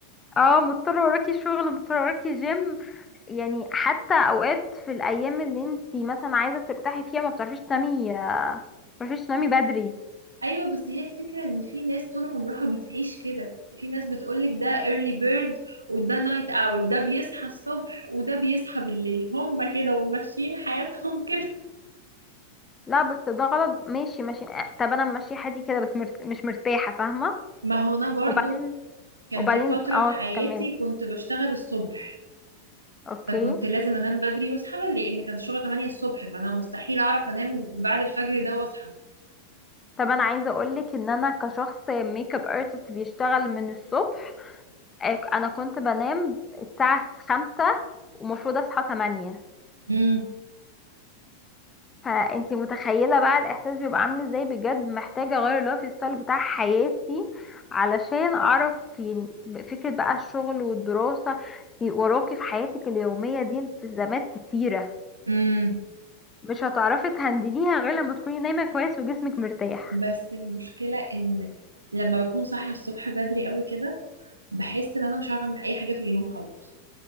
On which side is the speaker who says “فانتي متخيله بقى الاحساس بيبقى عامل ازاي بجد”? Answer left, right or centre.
Left